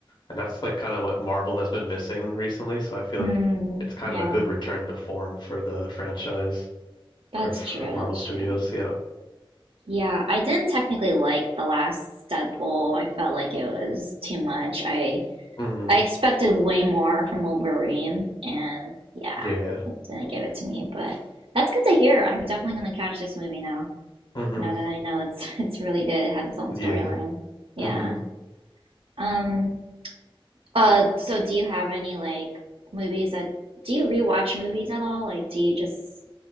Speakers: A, on the left; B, on the right.
A: And that's like kind of what Marvel has been missing recently. So I feel like
B: Mm,
A: it's kind
B: yeah,
A: of a good return to form for the franchise
B: that's
A: or for
B: true,
A: Marvel
B: that's
A: Studios.
B: true.
A: Yeah.
B: Yeah, I didn't technically like the last Deadpool. I felt like it was too much. I
A: hmm
B: I expected way more from Wolverine, and yeah,
A: Yeah.
B: it didn't give it to me. But that's good to hear. I'm definitely gonna catch this movie now.
A: hmm
B: Now that I know it's <laughs> it's really good. It has its own storyline.
A: Yeah.
B: Yeah.
A: hmm
B: Um. Uh. So, do you have any like movies that do you rewatch movies at all? Like, do you just